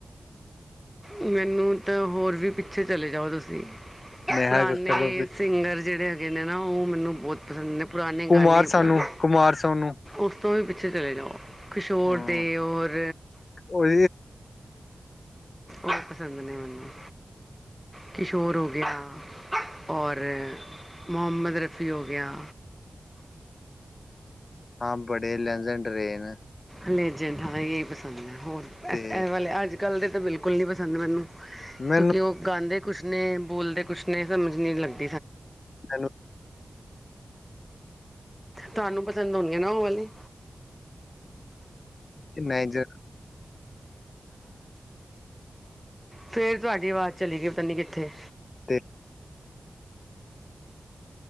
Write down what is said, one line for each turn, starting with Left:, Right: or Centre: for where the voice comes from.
Centre: ਮੈਨੂੰ ਤਾਂ ਹੋਰ ਵੀ ਪਿੱਛੇ ਚਲੇ ਜਾਓ ਤੁਸੀਂ
Left: ਨੇਹਾ
Centre: ਪੁਰਾਣੇ
Left: ਕੱਕਰ ਤੋਂ
Centre: ਸਿੰਗਰ ਜਿਹੜੇ ਹੈਗੇ ਨੇ ਨਾ ਉਹ ਮੈਨੂੰ ਬਹੁਤ ਪਸੰਦ ਪੁਰਾਣੇ
Left: ਕੁਮਾਰ
Centre: ਗਾਣੇ
Left: ਸਾਨੂੰ
Centre: ਪੁਰਾਣੇ
Left: ਕੁਮਾਰ ਸੋਨੂੰ
Centre: ਉਸ ਤੋਂ ਵੀ ਪਿੱਛੇ ਚਲੇ ਜਾਓ ਕਿਸ਼ੋਰ
Left: ਹੂੰ
Centre: ਦੇ ਔਰ
Left: ਉਹ
Centre: ਬੇ ਪਸੰਦ ਨੇ ਮੈਨੂੰ ਕਿਸ਼ੋਰ ਹੋ ਗਿਆ ਔਰ ਮੁਹੰਮਦ ਰਫੀ ਹੋ ਗਿਆ
Left: ਹਾਂ ਬੜੇ ਲੈਂਜਨ ਡਰੇ ਨੇ
Centre: ਲੈਜੈਂਟ ਹ ਇਹ ਹੀ ਪਸੰਦ ਹੈ ਹੋਰ
Left: ਤੇ
Centre: ਇਸ ਵਾਲੇ ਅੱਜ ਕੱਲਲ ਦੇ ਤਾਂ ਬਿਲਕੁਲ ਨਹੀਂ ਪਸੰਦ ਮੈਨੂੰ
Left: ਮੈਨੂੰ
Centre: ਕਿਉਂਕਿ ਉਹ ਗਾਉਦੇ ਕੁਛ ਨੇ ਬੋਲਦੇ ਕੁਛ ਸੀ ਸਮਝ ਨਹੀਂ ਲੱਗਗੀ
Left: ਚਲੋ
Centre: ਤੁਹਾਨੂੰ ਪਸੰਦ ਆਉਦੀਆਂ ਨਾ ਉਹ ਵਾਲੀ
Left: ਮੈਨੇਜਰ
Centre: ਫਿਰ ਤੁਹਾਡੀ ਆਵਾਜ਼ ਚਲੀ ਗਈ ਤਾਂ ਨਹੀਂ ਕਿੱਥੇ
Left: ਤੇ